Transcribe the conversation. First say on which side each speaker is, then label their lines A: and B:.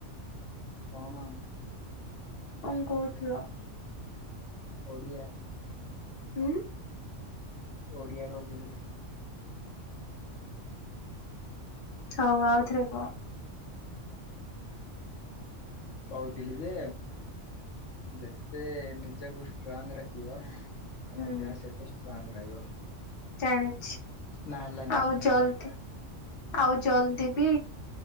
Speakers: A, on the left (about 75°); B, on the left (about 50°).
A: କଣ
B: କଣ କହୁଥିଲ
A: ଓଡ଼ିଆ
B: ହୁଁ
A: ଓଡିଆ କହୁଥିଲି
B: ହଉ ଆଉଥରେ କୁହ
A: କହୁଥିଲି ଯେ ଯେତେ ନିଜକୁ ଷ୍ଟ୍ରଙ୍ଗ ରଖିବ ତମ
B: ହୁଁ
A: ଦେହ ସେତେ ଷ୍ଟ୍ରଙ୍ଗ ରହିବ
B: ଜାଣିଛି
A: ନା ହେଲାନି
B: ଆଉ
A: ମାନେ
B: ଜଲଦି
A: ୱାର୍ଡ ଟା
B: ଆଉ ଜଲଦି ବି